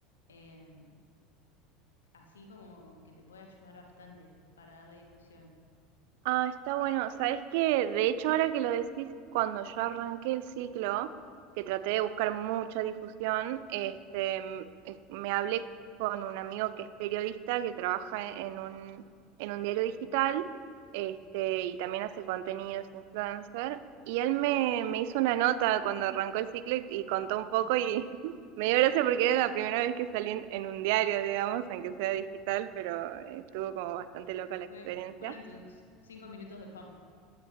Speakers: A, on the left (about 70°); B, on the right (about 55°).
A: Eh, así como que te puede ayudar bastante para darle difusión.
B: Ah, está bueno. Sabes que, de hecho, ahora que lo decís, cuando yo arranqué el ciclo, que traté de buscar mucha difusión, este, m- eh, me hablé con un amigo que es periodista, que trabaja e-, en un, en un diario digital, este, y también hace contenidos influencer. Y él me, me hizo una nota cuando arrancó el ciclo y, y contó un poco
A: Mm.
B: y <laughs> me dio gracia porque era la primera vez que salí en, en un diario, digamos, aunque sea digital, pero eh, estuvo como bastante loca la
A: Fue-
B: experiencia.
A: fueron tus cinco minutos de fama.